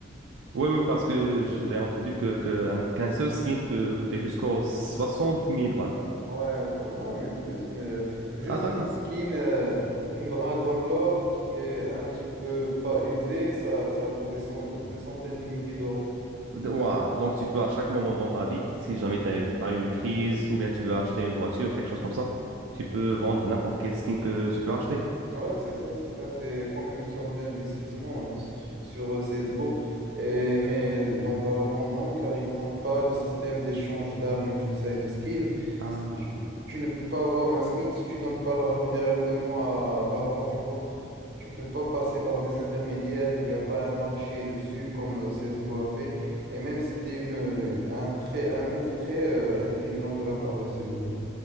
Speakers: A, on the right; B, on the right.
A: Oui, oui, parce que j'ai entendu que, que un- qu'un seul skin peut coûter jusqu'aux soixante mille balles.
B: Ouais, vo- euh, non, mais plus, mais juste
A: Ah, d'accord.
B: une skin, euh, une Dragon Lore qui est un petit peu pas usée, ça, ça vaut des, cent- des centaines de milliers d'euros.
A: Waouh. Donc, tu peux à chaque moment dans ta vie, si jamais tu as, eu t'as eu une crise ou bien tu veux acheter une voiture, quelque chose comme ça, tu peux vendre n'importe quel skin que tu peux acheter.
B: Ouais, c'est ça, c'est ça. C'est comme une sorte d'investissement euh, s- sur euh, CSGO. Et, mais dans Valorant, non, car ils n'ont pas le système d'échange d'armes et tout ça et de skins.
A: Ah,
B: Si tu, tu ne peux pas avoir un skin si tu donnes pas l'argent directement à Valorant, tu vois. Tu peux pas passer par des intermédiaires, il n'y a pas un marché dessus comme euh, CSGO a fait. Et même, c'était une, euh, un, très, un move très euh, intelligent de la part de CSGO.